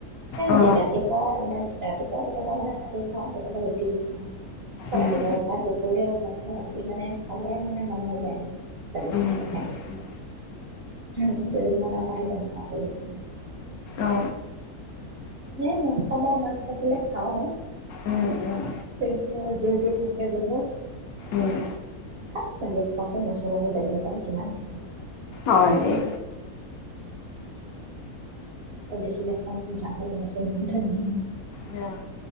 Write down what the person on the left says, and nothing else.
অ
উম
উম উম
উম
অ অ
উম উম
উম
হয় দেই।
অ'।